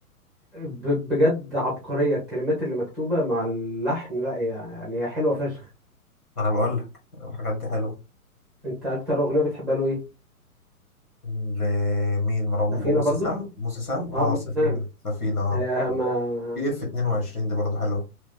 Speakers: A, in the centre; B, on the left.
A: ب- بجد عبقرية الكلمات اللي مكتوبة مع اللحن لا يعني هي حلوة فشخ
B: انا بقول لك الحاجات دي حلوه
A: انت اكتر اغنية بتحبها له ايه
B: لمين مروان مو-
A: سفينة
B: موسى
A: برضو
B: سام موسى سام اه
A: اه موسى
B: سفينه
A: سام
B: سفينه اه
A: هي ما
B: بي اف 22 دي برضه حلوه